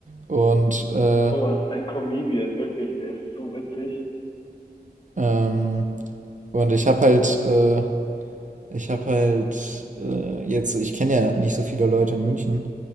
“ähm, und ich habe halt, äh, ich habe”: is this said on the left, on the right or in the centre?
Right